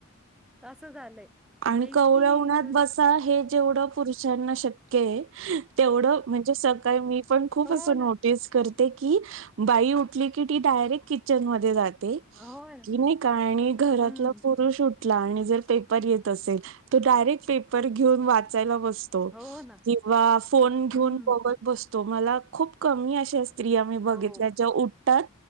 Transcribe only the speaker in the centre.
असं झालंय म्हणजे
इतकी
हो
ना
हो ना
हम्म
हो ना
हम्म
हो